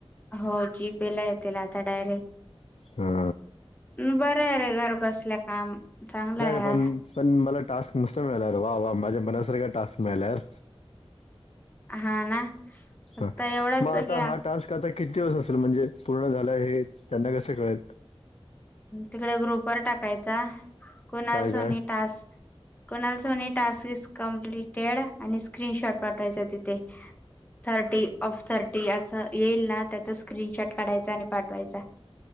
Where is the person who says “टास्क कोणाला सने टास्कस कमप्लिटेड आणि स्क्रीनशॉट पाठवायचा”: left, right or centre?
Left